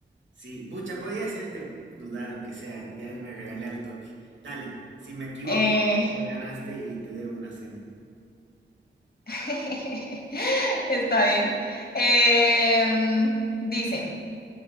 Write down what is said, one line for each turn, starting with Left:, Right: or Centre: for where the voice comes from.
Right: sí, bucha, podía hacerte dudar, aunque sea, ya me regalé al toque. Dale, si me equivoco,
Left: Eh,
Right: pues ganaste y te debo una cena.
Left: <laughs> está bien. Eh, mm, dice,